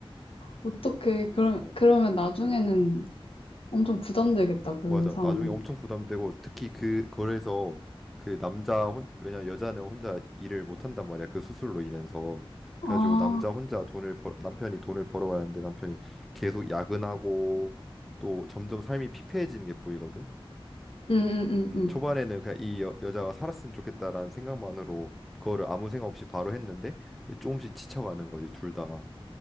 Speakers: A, on the left; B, in the centre.
A: 어떻게 그럼
B: 어.
A: 그러면 나중에는 엄청 부담되겠다 그
B: 맞아.
A: 사람은.
B: 나중에 엄청 부담되고 특히 그 거래에서 그 남자 혼 왜냐 여자는 혼자 일을 못 한단 말이야. 그 수술로 인해서. 그래가지고
A: 아,
B: 남자 혼자 돈을 벌 남편이 돈을 벌어와야 하는데 남편이 계속 야근하고 또 점점 삶이 피폐해지는 게 보이거든.
A: 응응응응.
B: 음, 초반에는 그냥 이 여, 여자가 살았으면 좋겠다라는 생각만으로 그거를 아무 생각 없이 바로 했는데 이제 조금씩 지쳐가는 거지 둘 다.